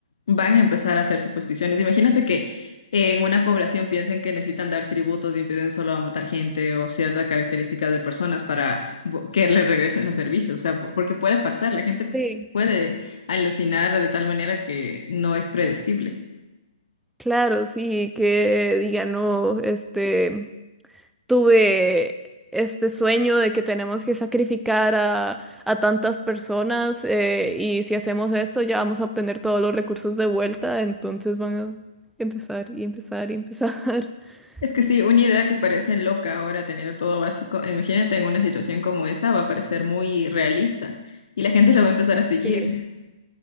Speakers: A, on the left (about 55°); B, in the centre.
A: van a empezar a hacer supersticiones. Imagínate que en una población piensen que necesitan dar tributos y empiecen solo a matar gente o ciertas características de personas para bu- que les regresen los servicios, o sea, po- porque puede pasar, la gente
B: Sí.
A: puede alucinar de tal manera que no es predecible.
B: Claro, sí, que digan, no, este... tuve este sueño de que tenemos que sacrificar a, a tantas personas eh, y si hacemos esto ya vamos a obtener todos los recursos de vuelta, entonces van a empezar y empezar y empezar. <laughs>
A: Es que sí, una idea que parece loca ahora teniendo todo básico, imagínate en una situación como esa, va a parecer muy realista y la gente <laughs> la va a empezar a seguir.
B: Sí,